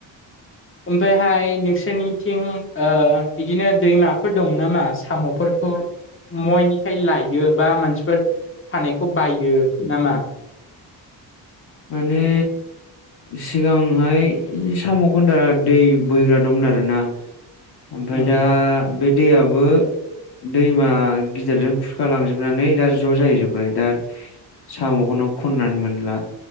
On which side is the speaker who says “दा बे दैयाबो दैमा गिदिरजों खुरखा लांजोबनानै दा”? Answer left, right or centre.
Left